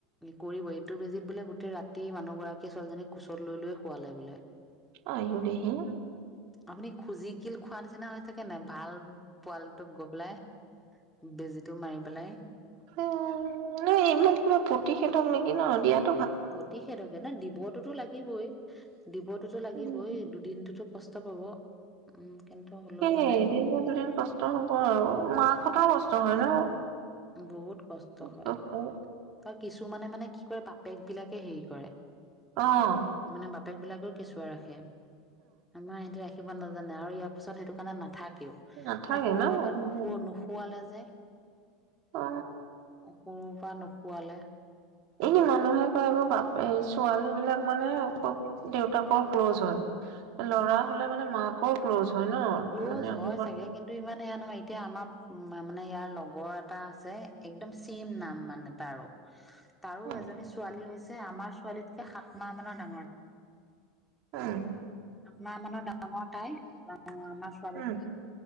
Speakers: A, in the centre; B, on the right.
A: কৰিবয়ে এইটো বেজিত বোলে গোটেই ৰাতি মানুহগৰাকীয়ে ছোৱালীজনীক কোচত লৈ লয়ে শোৱালে বোলে।
B: আইও দেহি।
A: আপুনি খুজি কিল খোৱা নিচিনা হৈ থাকে নে, ভাল পোৱালটো গৈ পেলাই, বেজীটো মাৰি পেলাই
B: উম, নাই এইবিলাক কিবা প্ৰতিষেধক নেকি ন, দিয়াত
A: প্ৰতিষেধকে ন, দিবটোতো লাগিবই, দিবটোতো লাগিবই,
B: উম।
A: দুদিনটোতো কষ্ট কষ্ট পাব, উম। কিন্তু হ'লেও
B: সেই
A: মানে
B: এদিন বা দুদিন কষ্ট হ'ব আৰু মাকহঁতৰো কষ্ট হয় ন?
A: বহুত কষ্ট
B: বিশেষকৈ
A: হয়, তা কিছুমানে মানে কি কৰে, বাপেক বিলাকে হেৰি কৰে
B: অহ।
A: মানে বাপেক বিলাকেও কেঁচুৱা ৰাখে। আমাৰ এতিয়া আহ কিব নাজানে আৰু ইয়াৰ পিছত সেইটো কাৰণে নাথাক কেও,
B: নাথাকে
A: মানে সৰুৰে
B: ন উম,
A: পৰা নুসু, নুশুৱালে যে। যায়।
B: অ'।
A: সৰুৰ পৰা নুশুৱালে।
B: এই মানুহে কয়, এইবোৰ বাপ, এই ছোৱালী বিলাক মানে খুব দেউতাকৰ ক্ল'জ হয়, ল'ৰা হ'লে মানে মাকৰ ক্ল'জ হয় ন
A: ক্ল'জ
B: মানে
A: হয়
B: লগত
A: চাগে, কিন্তু ইমান সেয়া নহয় এতিয়া আমাৰ, উ মানে ইয়াৰ লগৰ এটা আছে একদম চেম নাম মানে তাৰো তাৰো
B: উম,
A: এজনী ছোৱালী হৈছ ছে আমাৰ ছোৱালীতকে সাত মাহ মানৰ ডাঙৰ।
B: উম।
A: নাই মানে দাক আমাৰ তাই, লা অ', আমাৰ ছোৱালীতকে,
B: উম,